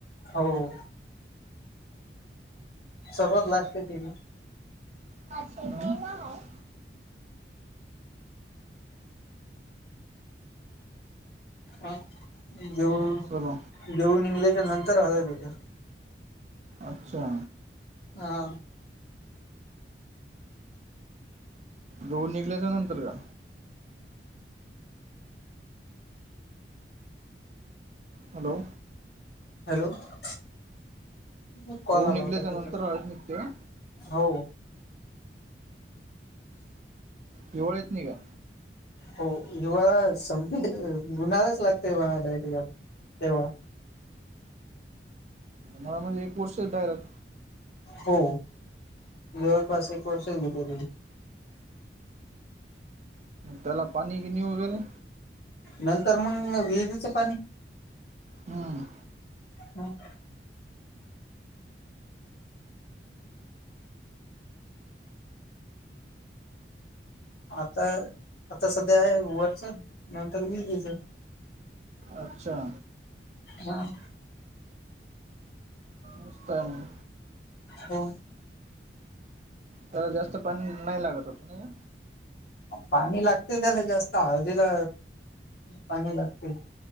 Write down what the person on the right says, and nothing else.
अच्छा मि ना हाय.
सर्व
अच्छा.
दऊन निघल्याच्या नंतर का? हॅलो.
गहू
निघल्याच्या
नंतर हळद निघते का
दिवाळीत निघा.
हा म्हणजे एक वर्ष <unintelligible>
त्याला पाणी गिनी वगैरे,
हम्म
अच्छा!
मस्त आहे मग,
त्याला जास्त पाणी नाही लागत होत वाटत ना ग,